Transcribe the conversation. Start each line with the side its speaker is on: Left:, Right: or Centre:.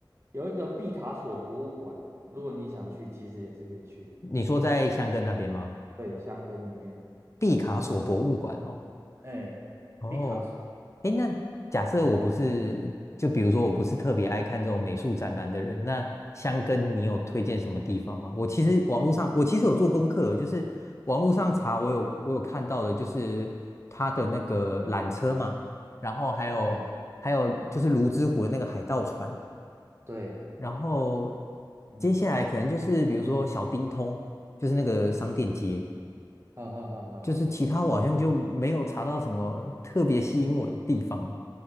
Right: 有一个毕卡索博物馆，如果你想去，其实也是可以去的。
Left: 你说在香根那边吗？
Right: 对，香根里面，
Left: 毕卡索博物馆哦。
Right: 哎，
Left: 哦，
Right: 毕卡索，
Left: 诶，那假设我不是，就比如说我不是特别爱看这种美术展览的人，那香根你有推荐什么地方吗？我其实网络上，
Right: 嗯
Left: 我其实有做功课哦，就是网络上查，
Right: 嗯，
Left: 我有我有看到的，就是它的那个缆车嘛，然后还有还有就是泸沽湖的那个海盗船，
Right: 哎，对，
Left: 然后
Right: 嗯，
Left: 接下来可能就是比如说小丁通，就是那个商店街，
Right: <laughs> 哈哈哈哈，
Left: 就是其他我好像就没有查到什么特别吸引我的地方。